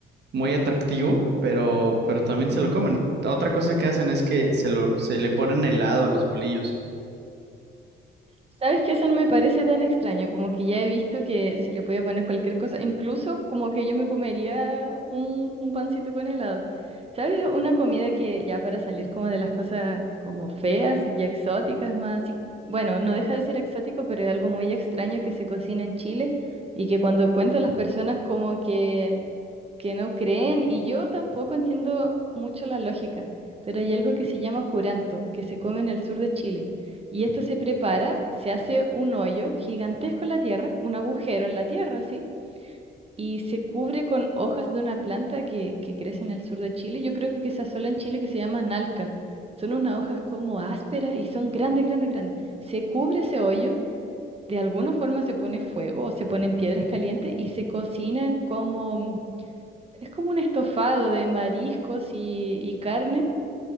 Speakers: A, on the right; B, on the right.
A: muy atractivo, pero, pero también
B: Sí.
A: se lo comen. Otra cosa que hacen es que se lo, se le ponen helado a los bolillos.
B: ¿Sabes qué? Eso no me parece tan extraño, como que ya he visto que se le puede poner cualquier cosa, incluso como que yo me comería un, un pancito con helado. ¿Sabes? Una comida que ya para salir como de las cosas como feas y exóticas más, así- bueno, no deja de ser exótico, pero es algo muy extraño que se cocina en Chile y que cuando cuento a las personas como que que no creen y yo tampoco entiendo mucho la lógica, pero hay algo que se llama curanto, que se come en el sur de Chile. Y esto se prepara, se hace un hoyo gigantesco en la tierra, un agujero en la tierra, ¿sí? Y se cubre con hojas de una planta que, que crece en el sur de Chile. Yo creo que quizás solo en Chile que se llama nalca. Son unas hojas como ásperas y son grandes, grandes, grandes. Se cubre ese hoyo, de alguna forma se pone fuego o se ponen piedras calientes y se cocinan como es como un estofado de mariscos y, y carne.